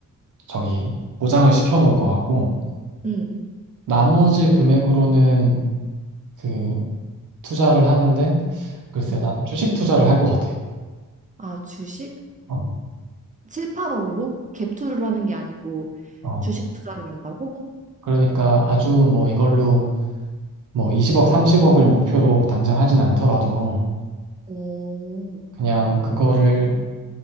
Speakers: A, on the right (about 70°); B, on the right (about 25°).
A: 저기 보장을 시켜 놓을 것 같고
B: 응,
A: 나머지 금액으로는 그 투자를 하는데 글쎄
B: 응.
A: 나는 주식 투자를 할 것 같아.
B: 아, 주식?
A: 어.
B: 7, 8억으로 갭 투자를 하는 게 아니고
A: 어.
B: 주식 투자를 한다고?
A: 그러니까 아주 뭐 이걸로 뭐 20억, 30억을 목표로 당장 하진 않더라도
B: 오,
A: 그냥 그거를